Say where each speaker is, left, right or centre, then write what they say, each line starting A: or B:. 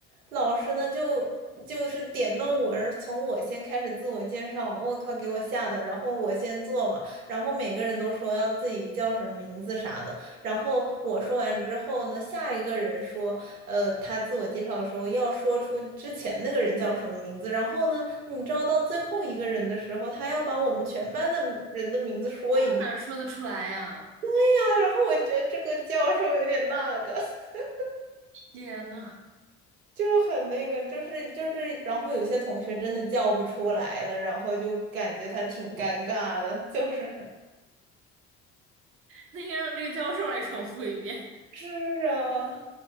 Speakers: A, on the right; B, on the right.
A: 老师呢就就是点到我，从我先开始自我介绍，我靠，给我吓的。然后我先做嘛，然后每个人都说要自己叫什么名字啥的。然后我说完之后呢，下一个人说，呃，他自我介绍的时候要说出之前那个人叫什么名字。然后呢，你知道到最后一个人的时候，他要把我们全班的人的名字说一遍。
B: 那哪说得出来呀、
A: <laughs> 对呀，然后我觉得这个教授有点那个，<laughs>
B: 天呐，
A: 就是很那个，就是就是，然后有些同学真的叫不出来了，然后就感觉他挺尴尬的，就是
B: 那应该让这个教授来重复一遍。
A: <laughs> 是啊，